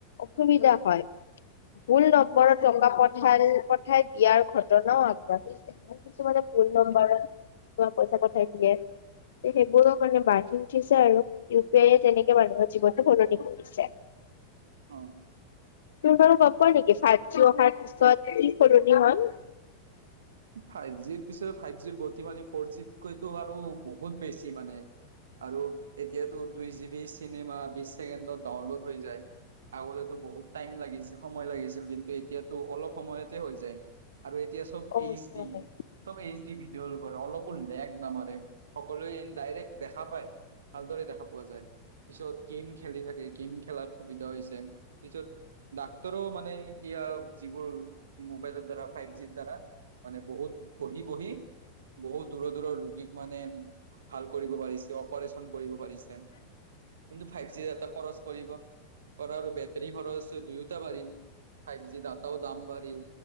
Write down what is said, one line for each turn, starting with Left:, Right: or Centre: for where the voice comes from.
Left: অসুবিধা হয়। ভুল নম্বৰত টকা পই খেল পঠাই দিয়াৰ ঘটনাও আগবাঢ়িছে। কিছু মানে ভুল নম্বাৰত কোৱা পইচা পঠাই দিয়ে। তে সেইবোৰৰ কাৰণে বাঢ়ি উঠিছে আৰু। ইউ পি আইয়ে তেনেকে মানুহৰ জীৱনটো সলনি কৰিছে।
Right: অ অ
Left: তুমি বাৰু গম পোৱা নেকি ফাইভ জি অহাৰ পিছত কি সলনি হল?
Right: ফাইভ জিৰ পিছত ফাইভ জিৰ গতি মানে ফৰ জিতকৈতো আৰু বহুত বেছি মানে। আৰু এতিয়াতো দুই জি বি চিনেমা বিশ ছেকেণ্ডত ডাউনলোড হৈ যায়। আগতেতো বহুত টাইম লাগিছিল, সময় লাগিছিল কিন্তু এতিয়াত ত অলপ সময়তে হৈ যায়। আৰু এতিয়া চব
Left: অ',
Right: এইচ ডি।
Left: অ',
Right: চব এইচ ডি ভিডিঅ কল <unintelligible> অলপো লেগ নামাৰে। সকলোৱে যেন ডাইৰেক্ট দেখা পায়। ভালদৰে দেখা পোৱা যায়। পিছত গেম খেলি থাকে, গেম খেলাত সুবিধা হৈছে। পিছত ডাক্তৰো মানে ইয়া যিবোৰ মোবাইলৰ দ্বাৰা, ফাইভ জিৰ দ্বাৰা, মানে বহুত বহি বহি, বহুত দূৰৰ দূৰৰ ৰোগীক মানে ভাল কৰিব পাৰিছে। অপাৰেচন কৰিব পাৰিছে। কিন্তু ফাইভ জিৰ ডাটা খৰচ কৰিব, খৰৰ বেটৰী খৰচ দুয়োটা পাৰি বাঢ়িল ফাইভ জি তাত। টাও দাম বাঢ়িল,